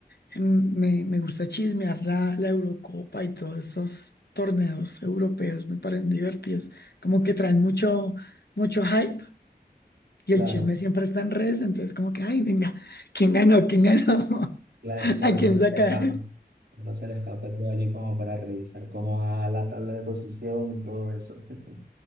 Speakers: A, on the left; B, on the right.
A: em, me, me gusta chismear la, la Eurocopa y todos estos torneos europeos. Me parecen divertidos. Como que traen mucho, mucho hype y el
B: Claro,
A: chisme siempre está en redes. Entonces, como que, ay, venga, ¿quién ganó? ¿Quién ganó?
B: claro,
A: <laughs>
B: claro,
A: ¿A quién
B: no se
A: sacar?
B: me escapa. No se le escape de allí como para revisar cómo va la tabla de posición, todo eso. <laughs>